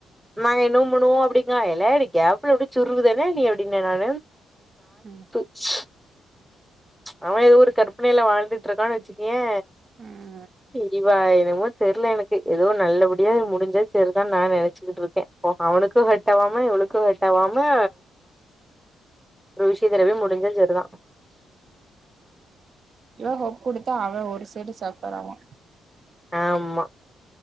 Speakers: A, in the centre; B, on the right (about 50°).
A: நாங்க இனு முணு அப்டிங்காயே ஏல எனக்கு கேப்ல எப்டி சுருகுதானே நீ எப்டின்ன நானு
B: ம்
A: <unintelligible> அவ எதோ ஒரு கற்பனையில வாழ்ட்டு இருக்கான்னு வெச்சுக்கவே
B: ம்
A: செரிவா என்னமோ தெரில எனக்கு எதோ நல்லபடியா முடிஞ்சா செரிதான்னு நா நெனச்சுக்கிட்டு இருக்கே அவனுக்கு ஹெட்டவாம இவனுக்கு ஹெட்டவாம ஒரு விஷய திறவி முடிஞ்ச செரிதா
B: இ்வ ஹோப் குடுத்தா அவ ஒரு சைடு சஃபர் ஆவா
A: ஆமா